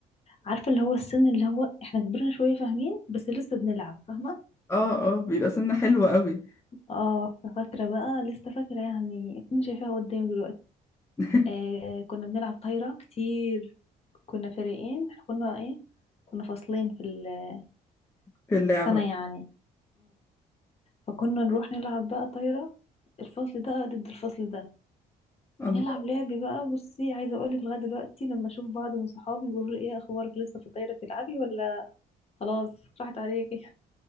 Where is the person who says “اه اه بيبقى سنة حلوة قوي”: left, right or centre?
Left